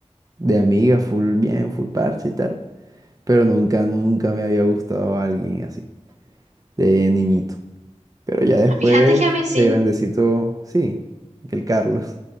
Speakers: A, on the right; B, on the right.
A: de amiga, full bien, full parche y tal, pero nunca, nunca me había gustado alguien así, de niñito. Pero ya después,
B: Ah, Fíjate que a mí sí.
A: de grandecito, sí, el Carlos.